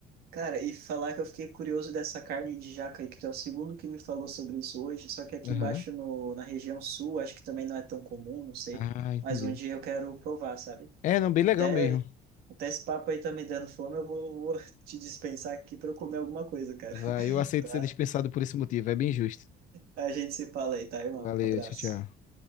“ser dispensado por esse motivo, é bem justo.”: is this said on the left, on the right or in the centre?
Left